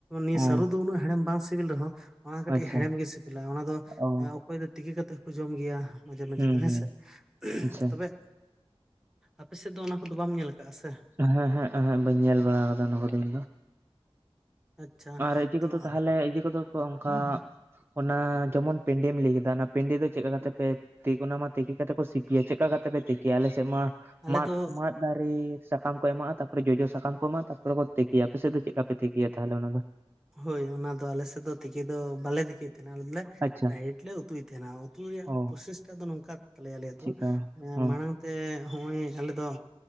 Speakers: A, in the centre; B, on the right (about 20°).
A: ᱱᱤᱭᱟᱹ
B: ᱚ
A: ᱥᱟᱹᱨᱩ ᱫᱚ ᱩᱱᱟᱹᱜ ᱦᱮᱲᱮᱢ ᱵᱟᱝ ᱥᱮᱵᱮᱞ ᱨᱮᱦᱚᱸ᱾ ᱚᱱᱟ ᱠᱟᱹᱴᱤᱜ
B: ᱟᱪᱪᱷᱟ
A: ᱦᱮᱲᱮᱢ ᱜᱮ ᱥᱮᱵᱮᱞᱟ ᱚᱱᱟ ᱫᱚ
B: ᱚ
A: ᱚᱠᱚᱭ ᱫᱚ ᱛᱮᱠᱮ ᱠᱟᱛᱮᱜ ᱦᱚᱸᱠᱚ ᱡᱚᱢ ᱜᱮᱭᱟ᱾ ᱢᱟᱡᱮ ᱢᱟᱡᱮ
B: ᱦᱩᱸ
A: ᱫᱚ ᱦᱮᱸᱥᱮ
B: ᱦᱩᱸ ᱟᱪᱪᱷᱟ
A: ᱛᱚᱵᱮ ᱟᱯᱮᱥᱮᱫ ᱫᱚ ᱚᱱᱟ ᱠᱚᱫᱚ ᱵᱟᱢ ᱧᱮᱞ ᱟᱠᱟᱜᱼᱟ ᱥᱮ?
B: ᱦᱮᱸ ᱦᱮᱸ ᱮᱦᱮᱸᱜ ᱵᱟᱹᱧ ᱧᱮᱞ ᱵᱟᱲᱟᱣ ᱠᱟᱫᱟ ᱚᱱᱟ ᱠᱚᱫᱚ ᱤᱧ ᱫᱚ᱾
A: ᱟᱪᱪᱷᱟ
B: ᱟᱨ ᱤᱡᱮ
A: ᱛᱚ
B: ᱠᱚᱫᱚ ᱛᱟᱦᱚᱞᱮ ᱤᱭᱟᱹ ᱠᱚᱫᱚ ᱠᱚ ᱚᱝᱠᱟ ᱚᱱᱟ ᱡᱮᱢᱚᱱ ᱯᱤᱰᱤᱢ ᱞᱟᱹᱭ ᱠᱮᱫᱟ ᱚᱱᱟ ᱯᱤᱰᱤ ᱫᱚ ᱪᱮᱫ ᱠᱟᱛᱮᱯᱮ ᱛᱤᱠ ᱚᱱᱟ ᱢᱟ ᱛᱮᱠᱮ ᱠᱟᱛᱮᱜ ᱠᱚ ᱥᱤᱯᱤᱭᱟ ᱪᱮᱜᱠᱟ ᱠᱟᱛᱮ ᱯᱮ ᱛᱮᱠᱮᱭᱟ ᱟᱞᱮᱥᱮᱜ ᱢᱟ
A: ᱟᱞᱮ
B: ᱢᱟᱫ
A: ᱫᱚ
B: ᱢᱟᱫ ᱫᱟᱨᱮ ᱥᱟᱠᱟᱢ ᱠᱚ ᱮᱢᱟᱜᱼᱟ ᱛᱟᱯᱚᱨᱮ ᱡᱚᱡᱚ ᱥᱟᱠᱟᱢ ᱠᱚ ᱮᱢᱟᱜᱼᱟ ᱛᱟᱯᱚᱨᱮ ᱠᱚ ᱛᱮᱠᱮᱭᱟ, ᱟᱯᱮᱥᱮᱜ ᱫᱚ ᱪᱮᱜᱠᱟ ᱯᱮ ᱛᱮᱠᱮᱭᱟ ᱛᱟᱦᱚᱞᱮ ᱚᱱᱟ ᱫᱚ?
A: ᱦᱳᱭ ᱚᱱᱟ ᱫᱚ ᱟᱞᱮᱥᱮᱜ ᱫᱚ ᱛᱮᱠᱮ ᱫᱚ ᱵᱟᱞᱮ ᱛᱤᱠᱤᱭ ᱛᱟᱦᱮᱱᱟ ᱟᱞᱮ ᱫᱚᱞᱮ
B: ᱟᱪᱪᱷᱟ
A: ᱰᱟᱭᱨᱮᱴ ᱞᱮ ᱩᱛᱩᱭ ᱛᱟᱦᱮᱱᱟ ᱩᱛᱩ ᱨᱮᱭᱟᱜ
B: ᱚ
A: ᱯᱚᱥᱮᱥᱴᱟᱜ ᱫᱚ ᱱᱚᱝᱠᱟ ᱛᱟᱞᱮᱭᱟ ᱟᱞᱮ
B: ᱪᱮᱫᱠᱟ
A: ᱫᱚ ᱮᱸ
B: ᱦᱚᱸ
A: ᱢᱟᱲᱟᱝ ᱛᱮ ᱦᱚᱸᱜᱼᱚᱭ ᱟᱞᱮ ᱫᱚ